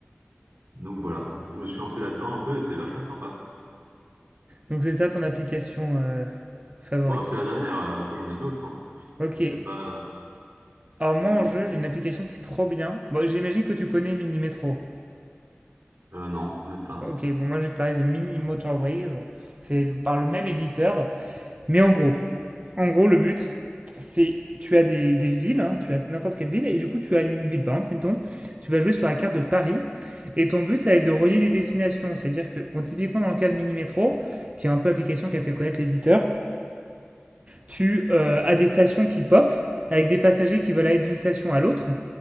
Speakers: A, on the right; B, on the right.
A: Donc voilà, je me suis lancé là-dedans un peu et c'est vachement sympa.
B: Donc c'est ça ton application euh, favorite.
A: Bon, c'est la dernière. euh, Après, j'en ai d'autres. Hein.
B: Ok.
A: Je sais pas.
B: Alors moi
A: Vas-y.
B: en jeu,
A: dis-
B: j'ai une application qui est trop bien. Bon, j'imagine que tu connais Mini Metro.
A: Euh, non, même pas.
B: Ok, bon moi je vais te parler de Mini Motorways. C'est par le même éditeur. Mais en gros, En gros, le but, c'est tu as des, des villes, hein, tu as n'importe quelle ville, et du coup, tu as une ville, par exemple, mettons, tu vas jouer sur la carte de Paris, et ton but, ça va être de relier des destinations. C'est-à-dire que, bon, typiquement, dans le cas de Mini Metro, qui est un peu l'application qui a fait connaître l'éditeur, tu euh, as des stations qui pop avec des passagers qui veulent aller d'une station à l'autre.